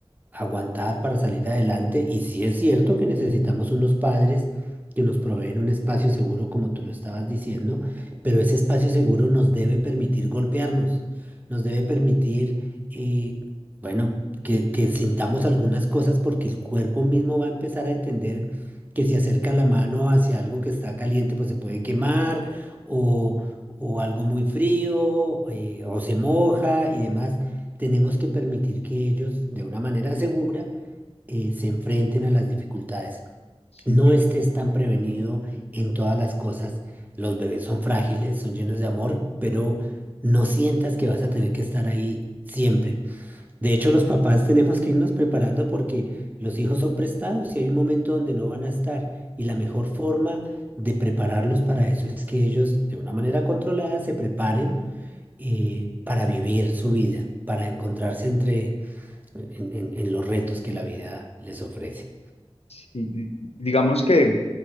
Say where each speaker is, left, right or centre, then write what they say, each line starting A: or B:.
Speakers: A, on the right; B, on the left.
A: aguantar, para salir adelante y sí es cierto que necesitamos unos padres que nos proveen un espacio seguro, como tú lo estabas diciendo, pero ese espacio seguro nos debe permitir golpearnos, nos debe permitir... eh, bueno, que, que sintamos algunas cosas porque el cuerpo mismo va a empezar a entender que si acerca la mano hacia algo que está caliente, pues se puede quemar, o, o algo muy frío, eh, o se moja y demás. Tenemos que permitir que ellos, de una manera segura, eh, se enfrenten a las dificultades.
B: Sí,
A: No estés tan prevenido en todas las cosas. Los bebés son frágiles, son llenos de amor, pero no sientas que vas a tener que estar ahí siempre. De hecho, los papás tenemos que irnos preparando porque los hijos son prestados y hay un momento donde no van a estar. Y la mejor forma de prepararlos para eso es que ellos, de una manera controlada, se preparen eh, para vivir su vida, para encontrarse entre, en, en- en los retos que la vida les ofrece.
B: sí. Digamos que...